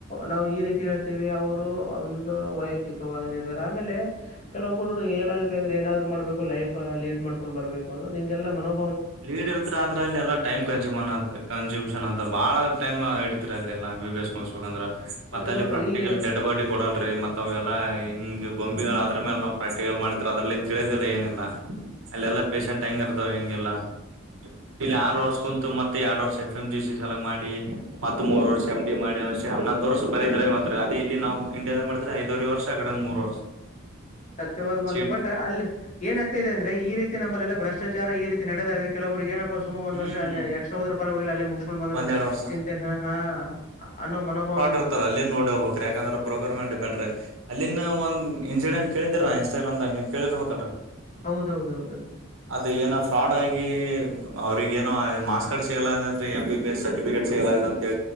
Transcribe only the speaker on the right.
ಲೀಡ್ ಇರ್ತ ಆದ್ರ ಅಲ್ಲ ಎಲ್ಲ ಟೈಮ್ ಕನ್ಸ್ಯೂಮ್ ಕನ್ಸ್ಯೂಮ್ ಅಂತ ಬಾ ಟೈಮ್ ಹಡಿತತ್ರಿ ಅಲ್ಲಿಲ್ಲ ಎ ಬಿ ಎಸ್ ಮುಗಿಸಸ್ಬೇಕುಂದ್ರೆ
ಮತ್ತ ಅಲ್ಲಿ
ಪ್ರಾಕ್ಟಿಕಲ್
ಡೆಡ್ ಬಾಡಿ ಕೊಡಲ್ರಿ ಮತ್ ಅವ ಎಲ್ಲಾ ಹಿಂಗ್ ಗೊಂಬಿ ಅದ್ರ ಮೇಲೆ ನಾವು ಪ್ರಾಕ್ಟಿಕಲ್ ಮಾಡಿದ್ರ ಅದ್ರಲ್ಲಿನ್ ತಿಳಿಯದಿಲ್ಲ ಏನಿಲ್ಲ ಅಲ್ಲೆಲ್ಲಾ ಪೇಶೆಂಟ್ ಹೆಂಗ ಇರ್ತ್ ಹೆಂಗೆಲ್ಲಾ ಇಲ್ಲಿ ಆರ್ ವರ್ಷ ಕುಂತು ಮತ್ತೆ ಎರಡು ವರ್ಷ ಎಫ್ ಎಂ ಜಿ ಸಿ ಸಲ ಮಾಡಿ ಮತ್ತ ಮೂರ್ ವರ್ಷ ಎಂ್ ಡಿ ಮಾಡಿ ಅಷ್ಟೇ ಹನ್ನೊಂದ್ ವರ್ಷ ಬರ ಇದ್ರೆ ಮಾತ್ರ ಅೇ ಇಲ್ಲಿ ನಾವು ಇಂಡಿಯಾದಾಗ ಮಾಡಿದ್ರೆ ಐದವರು ವರ್ಷ ಆ ಕಡ ಒ ಮೂರ್ ವರ್ಷ
ಸೀಟ್
ಹ್ಮ್
ಒಂದೆರಡ್ ವರ್ಷ
ಇರ್ತಾರೆ ಅಲ್ಲಿ ನೋಡಿ ಹೋಗಬೇಕ ಯಾಕಂದ್ರ ಬ್ರೋಕರ್ ಮೇಲೆ ಡಿಪೆಂಡ್ರೀ ಅಲ್ಲಿನ ಒಂದು ಇನ್ಸಿಡೆಂಟ್ ಕೇಳಿದಿರ ಇನ್ಸ್ಟಾಗ್ರಾಮ್ಾಗ ನೀವು ಕೇಳಿರ್ಬೇಕಲ್ೀ
ಅದ ಏನ ಫ್ರಾಡ್ ಆಗಿ ಅವ್ರಿಗೇನೋ ಮಾಾರ್ಸ್ ಕಾರ್ಡ್ ಸಿಗಲ ಎಂ ಬಿ ಎಸ್ ಸರ್ಟಿಫಿಕೇಟ್ ಸಿಗಲ ಅಂತಿ